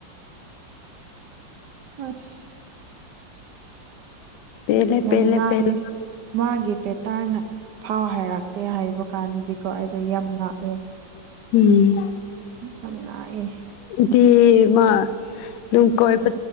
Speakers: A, on the right; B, on the left.
A: ꯑꯁ
B: ꯄꯦꯂ
A: ꯌꯥꯝ
B: ꯄꯦꯍꯦ
A: ꯉꯥꯛꯑꯦ
B: ꯄꯦꯂꯦ
A: ꯃꯥꯒꯤ ꯄꯦꯇꯥꯔꯅ ꯐꯥꯎ ꯍꯥꯏꯔꯛꯇꯦ ꯍꯥꯏꯕ ꯀꯥꯟꯗꯗꯤꯀꯣ ꯑꯩꯗꯣ ꯌꯥꯝ ꯉꯥꯛꯑꯦ
B: ꯎꯝ
A: ꯃꯤꯠ ꯌꯥꯝ ꯅꯥꯏꯌ‌ꯦ
B: ꯇꯤꯌ‌ꯦ ꯃꯥ ꯑꯗꯨꯝ ꯀ‌ꯣꯏꯕ